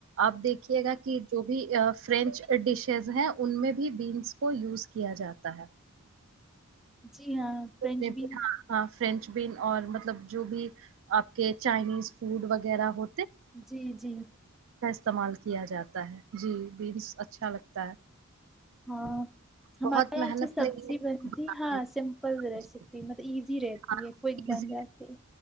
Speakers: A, on the right; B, in the centre.
A: آپ دیکھیے گا کہ جو بھی فرینچ ڈشیز ہیں ان میں بیینس کو یوز کیا جاتا ہے
B: جی ہاں فرینچ
A: جتنے
B: بھی
A: ہاں ہاں فرینچ بن اور مطلب جو بھی آپ کے چائنیز فوڈ وغیرہ ہو
B: جی جی
A: استعمال کیا جاتا ہے جی بینس اچھا لگتا ہے
B: ہاں ہمارے
A: بہت
B: یہاں
A: محنت
B: سے سبزی
A: نہیں ہے
B: بنتی
A: بنانے
B: ہاں
A: میں
B: سمپل ریسیپ
A: جی
B: مطلبزی رہتی
A: ہاں،
B: کوئی
A: ایزی
B: بن جاتی